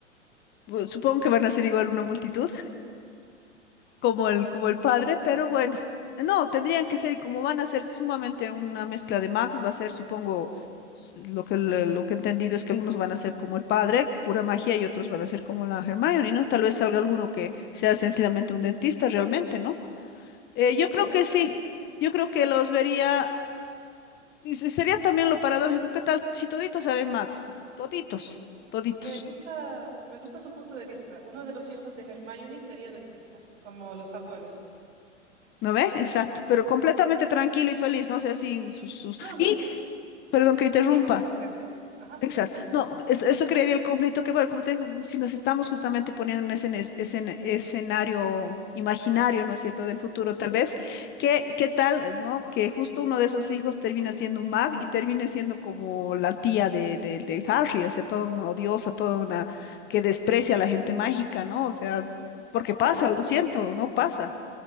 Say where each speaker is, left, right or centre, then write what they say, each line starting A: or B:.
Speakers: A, on the left; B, on the right.
A: bu- supongo que van a ser igual una multitud. como el, como el padre, pero bueno, no, tendrían que ser, y como van a ser sumamente una mezcla de Max, va a ser, supongo, s- lo que, le- lo que he entendido es que algunos van a ser como el padre, pura magia, y otros van a ser como la Hermione, ¿no? Tal vez salga alguno que sea sencillamente un dentista realmente, ¿no? Eh,
B: Sí,
A: yo
B: es
A: creo
B: posible.
A: que sí, yo creo que los vería, y se- sería también lo paradójico, ¿qué tal si toditos salen Max? Toditos, toditos.
B: Me gusta, me gusta tu punto de vista. Uno de los hijos de Hermione sería dentista, como los abuelos.
A: ¿No ve? Exacto, pero completamente
B: Sí.
A: tranquilo y feliz, no sé, sin sus, sus...
B: No, no,
A: Y,
B: no
A: perdón que interrumpa,
B: digo que no sea feliz. Ajá,
A: Exacto.
B: dime.
A: No, es- eso crearía el conflicto que, bueno, como te digo, si nos estamos justamente poniendo en ese ene- escena- escenario imaginario, ¿no es cierto?, del futuro,
B: Ujú.
A: tal vez, ¿qué, qué tal, eh, ¿no? Que justo uno de esos hijos termina siendo un mag y termine siendo como la tía de, de, de Harry, o sea, toda una odiosa, toda una que desprecia a la gente mágica, ¿no? O sea, porque pasa,
B: Claro, podría.
A: lo siento, ¿no? Pasa,